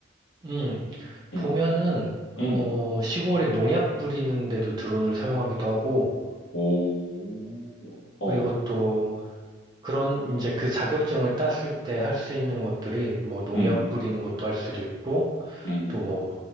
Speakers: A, on the right; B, on the left.
A: 음,
B: 음,
A: 보면은 어,
B: 음,
A: 시골에 농약 뿌리는데도 드론을 사용하기도 하고
B: 오, 어,
A: 그리고 또 그런 이제 그 자격증을 땄을 때 할 수 있는 것들이 뭐 농약
B: 음,
A: 뿌리는 것도 할 수도 있고
B: 음,
A: 또 뭐